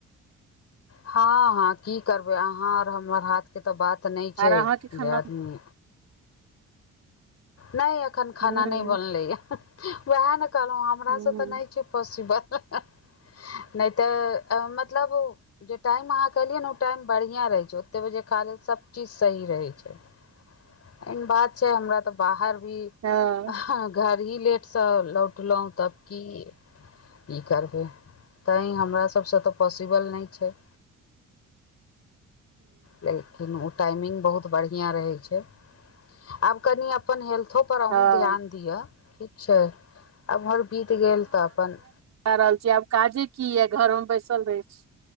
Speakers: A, on the left (about 55°); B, on the right (about 60°).
A: हं- हं की करबै, अहाँ आओर हमर हाथके त बात नै छै
B: आर अहाँके खाना
A: जे आदमी नै अखन
B: हूँ
A: खाना
B: हूँ
A: नै बनलैया, वैह ने कहलौं हम। हमरा
B: हँ हूँ
A: सं त नै छै पॉसिबल <inaudible> नै त मतलब उ जे टाइम अहाँ कहलियै न उ टाइम बढ़ियां रहै छै। ओतेक बजे खा लेल सब चीज सही रहै छै। ऐ मे बात छै हमरा त बाहर भी
B: हँ
A: हं घर ही लेट सं लौटलौं तब की। की करबै, तैं हमरा सबस त पॉसिबल नै छै। लेकिन ओ टाइमिंग बहुत बढ़ियां रहै छै, आब कनी अपन हेल्थो पर अहूं
B: हँ
A: ध्यान दिअ, ठीक छै। आब उमर बीत गेल त अपन
B: कै रहल छी, आब काजे की ऐ घरमे बैसल रहै छी